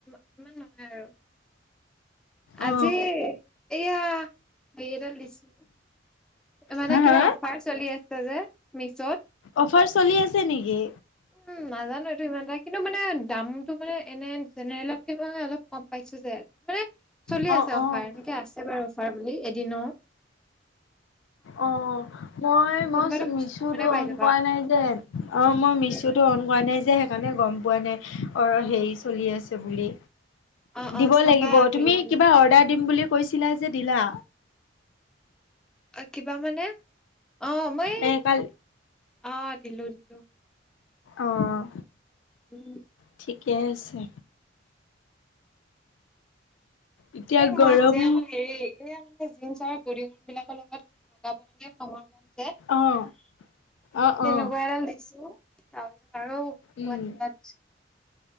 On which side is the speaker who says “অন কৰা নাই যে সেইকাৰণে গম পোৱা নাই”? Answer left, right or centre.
Left